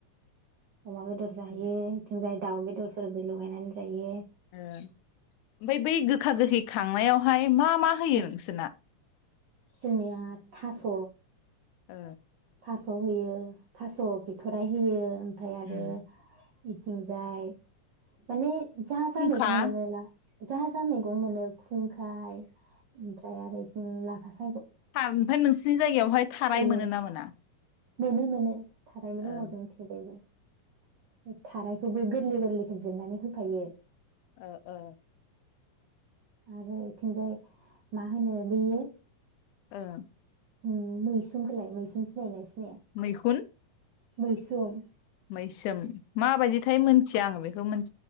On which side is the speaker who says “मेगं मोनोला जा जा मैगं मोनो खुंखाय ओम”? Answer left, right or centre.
Right